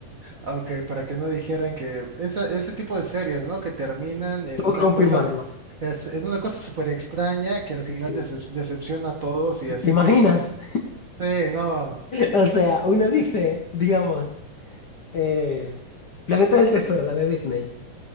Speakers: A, on the right (about 55°); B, on the left (about 65°).
A: Ah, Ok, para que no dijeran que esa- ese tipo de series, ¿no? Que terminan en
B: Tengo
A: una
B: que confirmarlo.
A: cosa, s- es, en una cosa súper extraña que al
B: Sí,
A: final
B: sí.
A: decep- decepciona a todos y así,
B: ¿Te imaginas?
A: ¿cómo es posible? Sí, no,
B: O sea, uno dice, digamos, eh, Planeta del Tesoro, la de Disney.